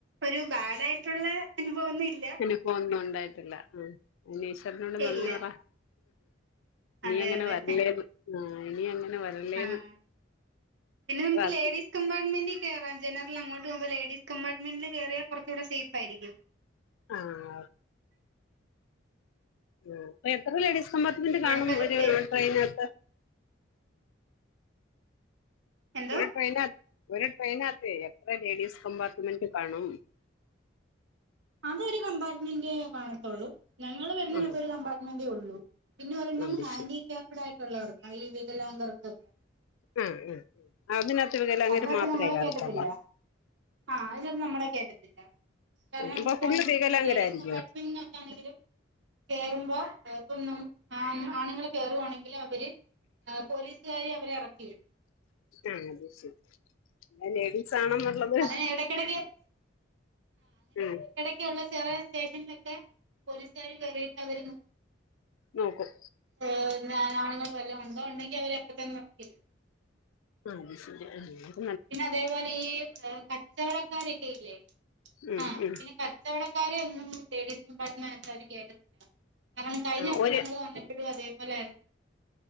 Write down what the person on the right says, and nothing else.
ഒരു ബാഡ് ആയിട്ടുള്ള അനുഭവമൊന്നും ഇല്ല
ഇല്ല
അതെ
അതെ
ആഹ് പിന്നെ നമുക്ക്
ലേഡീസ് കമ്പാർട്ട്മെന്റിൽ കയറാം ജനറൽ അങ്ങോട്ട് പോവുമ്പോ ലേഡീസ് കമ്പാർട്ട്മെന്റിൽ കയറിയാൽ കുറച്ചൂടെ സേഫായിരിക്കും
അവിടെപ്പ
എന്തോ
അത് ഒരു കമ്പാർട്ട്മെന്റെ കാണത്തുള്ളൂ ഞങ്ങള് വരുന്നതിനകത്ത്
ഒരു കമ്പാർട്ട്മെന്റേ ഉള്ളൂ പിന്നെ ഒരെണ്ണം
ഹാൻഡികാപ്ഡ്
ആയിട്ട് ഉള്ളവർക്ക്‌ ഈ വികലാംഗർക്ക്‌
അതിനകത്ത്
നമ്മളെ
കേറ്റത്തില്ല ആഹ് അതിനകത്ത് നമ്മളെ കേറ്റത്തില്ല കാരണം
ഇപ്പം
ലേഡീസ് കമ്പാർട്ട്മെന്റിനകത്ത് ആണെങ്കിലും കേറുമ്പോ ഇപ്പം ന ആണുങ്ങളെ കേറുവാണെങ്കിൽ അവര് ആഹ് പോലീസുകാര് അവരെ ഇറക്കിവിടും
അങ്ങനെ ഇടക്കിടക്ക്
ഇടക്കുള്ള ചില സ്റ്റേഷനിലൊക്കെ പോലീസുകാര് കയറിയിട്ട് അവര്
ഓ എന്നാ ആണുങ്ങൾ വല്ലതും ഉണ്ടോ ഉണ്ടെങ്കിൽ അവരെ അപ്പൊ തന്നെ ഇറക്കി വിടും
പിന്നെ അതേപോലെ ഈ കച്ചവടക്കാരൊക്കെ ഇല്ലേ
ആ
പിന്നെ ക കച്ചവടക്കാരെ ഒന്നും ലേഡീസ് കമ്പാർട്ട്മെന്റിനകത്ത് അവര് കേറ്റത്തില്ല കാരണം കഴിഞ്ഞ
വട്ടം
ഞങ്ങളൾ വന്ന പ്പഴും അതേപോലെ ആയിരുന്നു